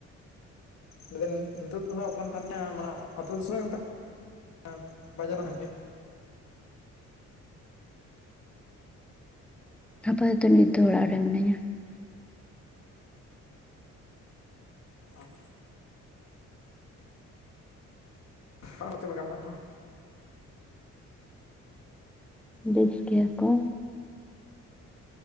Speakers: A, on the left (about 60°); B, in the centre.
A: ᱡᱮᱢᱚᱱ ᱱᱤᱛᱚᱜ ᱫᱚ ᱦᱟᱸᱜ ᱚᱠᱟᱨᱮᱢ ᱛᱟᱦᱮᱱ ᱠᱟᱱᱟ? ᱢᱟᱱᱮ ᱟᱹᱛᱩ ᱫᱤᱥᱚᱢ ᱨᱤᱜᱮᱢ ᱛᱟᱦᱮ ᱠᱟᱱᱟ? <unintelligible> ᱵᱟᱡᱟᱨᱮᱢ ᱢᱮᱱ ᱠᱮᱜᱼᱟ?
B: ᱦᱟᱯᱟ ᱛᱚ ᱟᱫᱚ ᱱᱤᱛ ᱫᱚ ᱚᱲᱟᱜ ᱨᱮ ᱢᱤᱱᱟᱹᱧᱟ᱾
A: ᱚᱸ ᱚᱲᱟᱜ ᱨᱮ ᱪᱮᱫ ᱞᱮᱠᱟ ᱢᱮᱱᱟᱜ ᱠᱚᱣᱟ?
B: ᱵᱮᱥ ᱜᱮᱭᱟ ᱠᱚ?